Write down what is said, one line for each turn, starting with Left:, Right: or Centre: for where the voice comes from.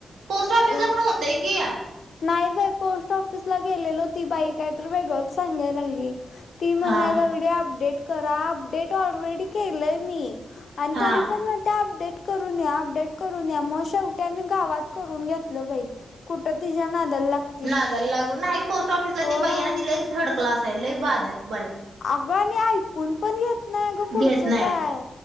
Right: पोस्ट ऑफिसला
Left: अ
Right: पण होते की.
Left: नाही बाई पोस्ट ऑफिसला गेलेल ती बाईक आहे तर वेगळंच सांगायला लागली. ती म्हणाय
Right: हा
Left: लागल्या अपडेट. करा अपडेट ऑलरेडी केलय मी
Right: हा.
Left: तरी पण अपडेट. करून या अपडेट करून या मग शेवटी आम्ही गावात करून घेतलं बाई कुठ. तिच्या नादाला लाग
Right: नादाला लागून नाही, पोस्ट ऑफिसला
Left: होय
Right: ती बाई आहे ना ती लईच थर्ड क्लास आहे बाद आहे. बाई.
Left: अगं आणि ऐकून पण घेत नाही, अगं पुढचं
Right: घेत नाही
Left: काय.